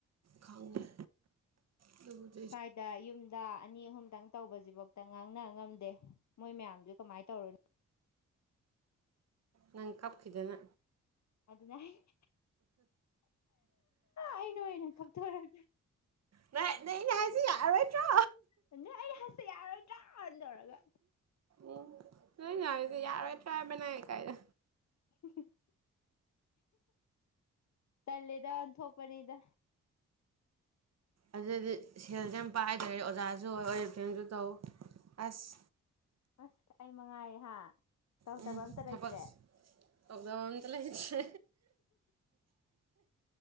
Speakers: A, on the right; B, on the left.
A: ꯈꯪꯉꯦ ꯑꯗꯨ꯫
B: ꯁ꯭ꯋꯥꯏꯗ ꯌꯨꯝꯗ ꯑꯅꯤ ꯑꯍꯨꯝꯗꯪ꯫ ꯇꯧꯕꯁꯤꯐꯧꯇ ꯉꯥꯡꯅ ꯉꯝꯗꯦ ꯃꯣꯏ ꯃꯌꯥꯝꯗꯨ ꯀꯃꯥꯏꯅ ꯇꯧꯔꯨꯅꯤ꯫
A: ꯅꯪ ꯀꯞꯈꯤꯗꯅ꯫
B: ꯑꯗꯨ ꯅꯦ꯫ ꯑꯩꯅ ꯑꯣꯏꯅ ꯊꯣꯛꯇꯣꯔꯒ
A: <unintelligible> ꯁꯤ ꯌꯥꯔꯔꯣꯏꯇ꯭ꯔꯣ꯫
B: ꯅꯪ ꯑꯩꯅ ꯍꯥꯏꯔꯤꯁꯦ ꯌꯥꯔꯔꯣꯏꯗ꯭ꯔꯥꯅ ꯇꯧꯔꯒ꯫
A: ꯎꯝ ꯅꯪ ꯑꯩꯅ‌ꯍꯥꯏꯔꯤꯁꯦ ꯌꯥꯔꯔꯣꯏꯗꯔꯥ ꯍꯥꯏꯕꯅꯦ ꯀꯥꯏꯅꯥ꯫
B: <unintelligible> ꯇꯜꯂꯦꯗ ꯑꯣꯟꯊꯣꯛꯄꯅꯤꯗ꯫
A: ꯑꯗꯨꯗꯤ ꯁꯦꯜꯁꯦ ꯌꯥꯝ ꯄꯥꯏꯗ꯭ꯔꯦ ꯑꯣꯖꯥꯁꯨ ꯑꯣꯏ ꯑꯣꯔꯤꯐꯂꯦꯝꯁꯨ ꯇꯧ ꯑꯁ꯫
B: ꯑꯁ ꯑꯩ ꯃꯉꯥꯏꯔꯦ ꯍꯥ꯫ ꯇꯧꯗꯕ
A: ꯎꯝ
B: ꯑꯝꯇ ꯂꯩꯇ꯭ꯔꯦ
A: ꯊꯄꯛꯁ ꯇꯧꯖꯕ ꯑꯃꯠꯇ ꯂꯩꯇꯦ꯫